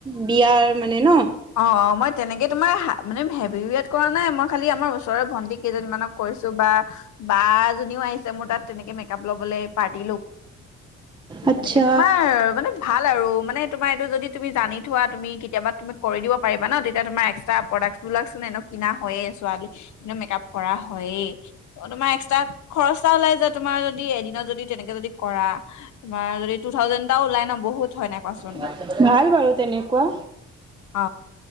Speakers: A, on the right; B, on the left.
A: বিয়াৰ মানে ন
B: অ অ মই তেনেকে তোমাৰ হা মানে হেবিৱেট কৰা নাই মই খালি আমাৰ ওচৰৰে ভণ্টিক কেইজনীমানক কৰিছো বা বা এজনীও আহিছে মোৰ তাত তেনেকে মেক আপ লবলৈ পাৰ্টি লোক
A: আচ্ছা
B: তেনেকে তোমাৰ মানে? ভাল আৰু মানে তোমাৰ এইটো যদি তুমি জানি থোৱা তুমি কেতিয়াবা তুমেত কৰি দিব পাৰিবা ন তেতিয়া তোমাৰ এক্সট্ৰা প্ৰডাক্টবিলাকচোন এনে কিনা হয়য়ে ছোৱালীনে মেকআপ কৰা হয়ে, তোমাৰ এক্সট্ৰা খৰচা ওলাই যায় তোমাৰ যদি এদিনত যদি তেনেকে যদি কৰা। তোমাৰ যদি টু থাউজেনড এটা ওলাই ন বহুত হয় নাই। কোৱাচোন
A: <unintelligible> ভাল বাৰু তেনেকুৱা।
B: অ